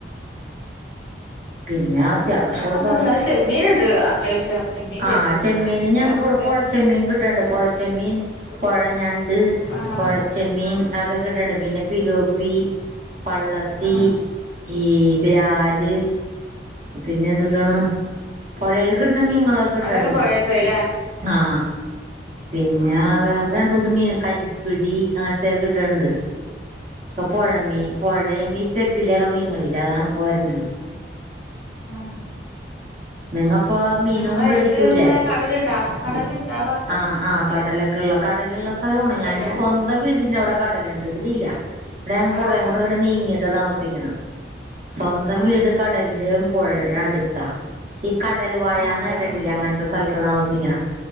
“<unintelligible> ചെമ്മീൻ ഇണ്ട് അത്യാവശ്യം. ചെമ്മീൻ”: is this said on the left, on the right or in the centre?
Left